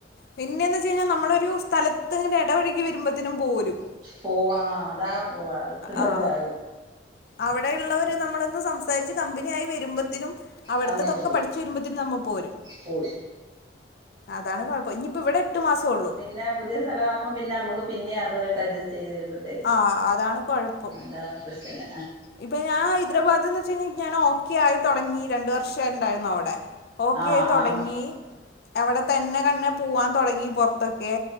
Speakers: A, on the left; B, on the right.
A: പിന്നെന്ന് വച്ച്കയ്ഞ്ഞാ നമ്മളൊരു സ്ഥലത്ത്ങ്ങട് എടവഴുകി വരുമ്പത്തിനും പോരും.
B: പോവാ ആഹ് അതാ പോവാ ഇത്രജാ
A: ആഹ് അവിടെയുള്ളവര് നമ്മളൊന്ന് സംസാരിച്ച് കമ്പനിയായി വരുമ്പത്തിനും അവട്ത്തതൊക്ക
B: നമ്മക്ക് പോ
A: പഠിച്ച് വരുമ്പത്തിനും നമ്മപോരും
B: പോയി
A: അതാണ് കൊഴ ഇപ്പ ഇവിടെ എട്ട് മാസോള്ളൂ
B: പിന്ന പുതിയ സ്ഥല ആകുമ്പോൾ പി നമുക്ക് പിന്നെ അതുമായിട്ടഡ്ജസ്റ്റ് ചെയത് തരുമ്പോം
A: ആഹ് അതാണ് കൊഴപ്പം
B: എന്താ പ്രശ്ന
A: ഇപ്പൊ ഞാൻ ഹൈദരാബാദ് എന്ന് വെച്ച് കഴിഞ്ഞാ ഞാൻ ഓക്കെ ആയി തുടങ്ങി രണ്ട് വർഷംണ്ടായിരുന്നു അവിടെ ഓക്കെ
B: ആഹ്
A: തുടങ്ങി
B: ആഹ്
A: അവിടെ തന്നെ കണ്നേ പോവാൻ തൊടങ്ങി പൊറത്തൊക്കെ